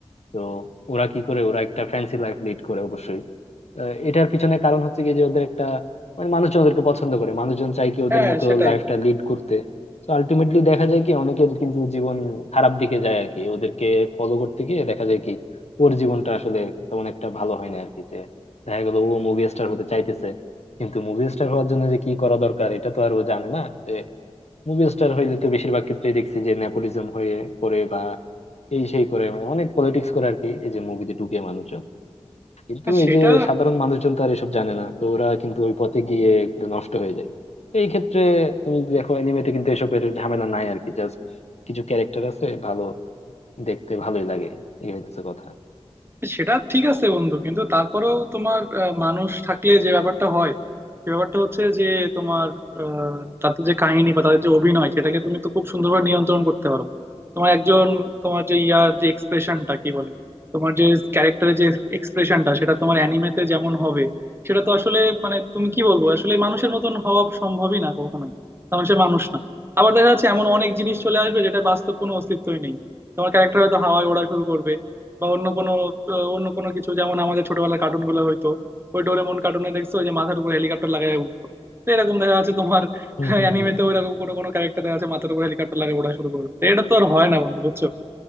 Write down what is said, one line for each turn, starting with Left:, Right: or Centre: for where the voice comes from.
Left: তো ওরা কি করে ওরা একটা ফ্যান্সি লাইফ লিড করে অবশ্যই আহ, এটার পিছনে কারণ হচ্ছে কি যে ওদের একটা মানে মানুষজন ওদেরকে পছন্দ করে মানুষজন চায় কি ওদের
Right: হ্যাঁ
Left: মতো
Right: সেটাই
Left: লাইফটা লিড করতে তো আলটিমেটলি দেখা যায় কি অনেকের কিন্তু জীবন খারাপ দিকে যায় আর কি ওদেরকে ফলো করতে গিয়ে দেখা যায় কি ওর জীবনটা আসলে তেমন একটা ভালো হয় না আর কি যে দেখা গেল ও মুভি স্টার হতে চাইতেছে কিন্তু মুভি স্টার হওয়ার জন্য যে কি করা দরকার এটা তো আর ও জানে না মুভি স্টার হইলে তো বেশিরভাগ ক্ষেত্রেই দেখছি যে নেপোটিজম হয়ে করে বা এই সেই করে মানে অনেক পলিটিক্স করে আর কি এই যে মুভিতে ঢুকে মানুষজন কিন্তু
Right: হ্যাঁ, সেটা
Left: এই যে সাধারণ মানুষজন তো আর এসব জানে না তো ওরা কিন্তু ওই পথে গিয়ে একটু নষ্ট হয়ে যায় তো এই ক্ষেত্রে তুমি দেখো অ্যানিমেতে কিন্তু এসবের ঝামেলা নাই আর কি জাস্ট কিছু ক্যারেক্টার আছে ভালো দেখতে ভালোই লাগে এই হইতেছে কথা
Right: সেটা ঠিক আছে বন্ধু কিন্তু তারপরেও তোমার আহ, মানুষ থাকলে যে ব্যাপারটা হয় সে ব্যাপারটা হচ্ছে যে তোমার আহ, তাদের যে কাহিনী বা তাদের যে অভিনয় সেটাকে তুমি তো খুব সুন্দরভাবে নিয়ন্ত্রণ করতে পারো তোমার একজন তোমার যে ইয়ার যে এক্সপ্রেশনটা কি বলে তোমার যে ক্যারেক্টারের যে এক্সপ্রেশনটা সেটা তোমার অ্যানিমেতে যেমন হবে সেটা তো আসলে মানে তুমি কি বলবো আসলে মানুষের মতন হওয়া সম্ভবই না কখনোই কারণ সে মানুষ না আবার দেখা যাচ্ছে এমন অনেক জিনিস চলে আসবে যেটা বাস্তব কোনো অস্তিত্বই নেই তোমার ক্যারেক্টার হয়তো হাওয়ায় ওড়া শুরু করবে বা অন্য কোনো আহ, অন্য কোনো কিছু যেমন আমাদের ছোটবেলার কার্টুন গুলো হয়তো ওই ডোরেমন কার্টুনে দেখছো ওই যে মাথার উপর হেলিকপ্টার লাগায় উঠতো তো এরকম দেখা যাচ্ছে তোমার
Left: হম হম
Right: অ্যানিমেতে
Left: হম
Right: ওইরকম কোনো কোনো ক্যারেক্টার দেখা যাচ্ছে মাথার উপর হেলিকপ্টার লাগে ওড়া শুরু করবে তো এটা তো আর হয় না বন্ধু বুঝছো